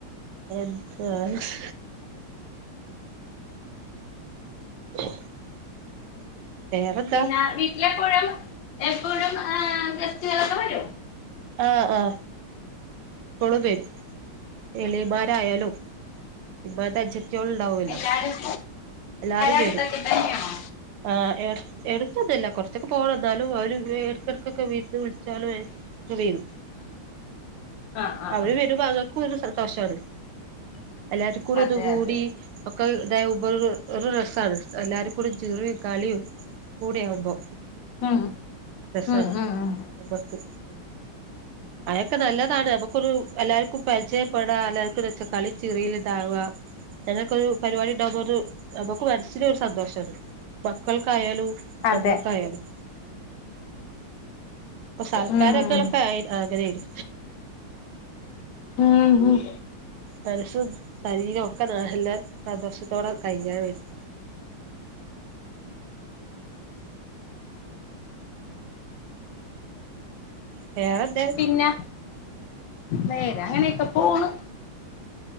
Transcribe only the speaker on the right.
എന്ത് ശ് <unintelligible>
വേറെന്താ
ആ ആഹാ പ്പളും വെരും എളീമാരായാലും ഇമാത്തെ അച്ചത്തിയോള ഉണ്ടാവല്ലോ
എല്ലാരും
വരൂ
ആ എർ എടുത്തൊന്നൊല്ല കൊറച്ചൊക്കെ പോണം എന്നാലും അവര് എട്ക്കെട്കൊക്കെ വീരുന്ന് വിളിച്ചാലും വെരും
അവര്
വെരുമ്പോ അങ്ങക്ക് ഒരു സന്തോഷാണ് എല്ലാർകൂടി
ഒന്നുകൂടി
ഒക്കെ ഇതായ ഉപ ഒരു രസമാണ് എല്ലാവാരും കൂടിചിറിയും കളിയും കൂടിയാകുമ്പോ
രസാണ്
നമ്മക്ക് അയൊക്കെ നല്ലതാണ് നമ്മക്ക് <unintelligible> എല്ലാർക്കും പരിചയപ്പെടാ എല്ലാര്കൊരു ഒച്ച കളിചിറിയിലിതാവാ അങ്ങൊക്കെ ഒരു പരിപാടി ഉണ്ടാവുന്നൊരു നമുക്ക് മനസ്സിൽ ഒരു സന്തോഷാണ് മക്കൾക്കായാലും
നമ്മൾക്കായാലും അപ്പൊ സാൽക്കാരൊക്കെ
എളുപ്പായി അങ്ങനെ ആയി
മനസ്സും ശരീരം ഒക്കെ നാഹല്ലേ സന്തോഷത്തോടെ കഴിയാൻ വേണ്ടി വേറെന്തെ?